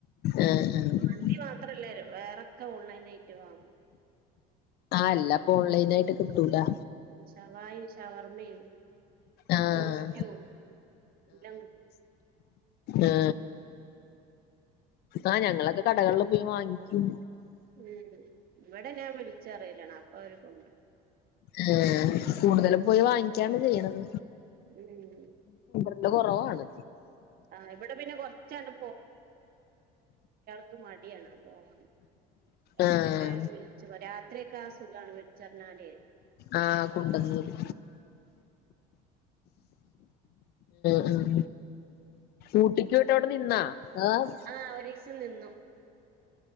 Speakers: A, on the left; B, on the right.
A: ആഹ് ആഹ് ആഹ്
B: മന്തി മാത്രല്ലേ വേ തക്ക ഓൺലൈനായിറ്റ് വാങ്ങും
A: ആ അല്ലപ്പൊ ഓൺലൈനായിട്ട് കിട്ടൂലാ
B: ഷവായി ഷവർ മ്മേ
A: ആഹ്
B: റോസ്‌ക്യൂ എല്ലാം കി
A: ആ ആ ഞങ്ങളൊക്കെ കടകെളിൽ പോയി വാങ്ങിക്കും
B: ഉം ഇവിടെ ഞാൻ വിളിച്ച് പറയലാണ് അപ്പ അവര് കൊണ്ട്റും
A: ആഹ് കൂടുതലും പോയി വാങ്ങിക്കാണ് ചെയ്യ്ണത്
B: ഉം
A: ണ്ട് കൊറവാണ്
B: ആഹ് ഇവിടെ പിന്നെ കൊറച്ചാണ്ട് ക്ക് മട് ടിയാണ് പോവാൻ അപ്പെ
A: ആഹ്
B: ഞാൻ വിളിച്ച് പറിം രാത്രിയൊക്കെ ആ സുഖമാണ് വിൾച്ച് പറഞ്ഞാല്
A: ആ കുണ്ടന്നൂര് ഉം ഉം ഊട്ടിക്ക് പോയിട്ട് അവിടെ നിന്നാ ആഹ്
B: ആ ഒരീസം നിന്നു